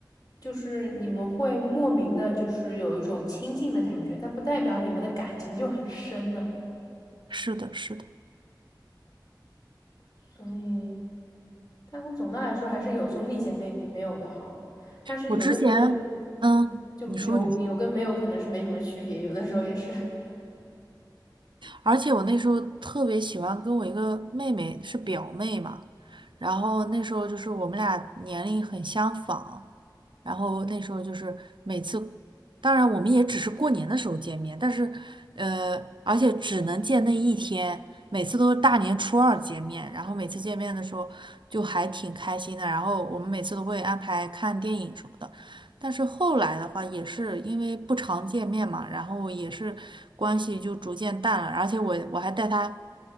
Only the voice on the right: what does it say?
是的，是的。
我之前，嗯，
你说，你说。
而且我那时候特别喜欢跟我一个妹妹，是表妹嘛，然后那时候就是我们俩年龄很相仿，然后那时候就是每次，当然我们也只是过年的时候见面，但是呃，而且只能见那一天，每次都是大年初二见面，然后每次见面的时候就还挺开心的，然后我们每次都会安排看电影什么的。但是后来的话，也是因为不常见面嘛，然后也是关系就逐渐淡了，而且我我还带他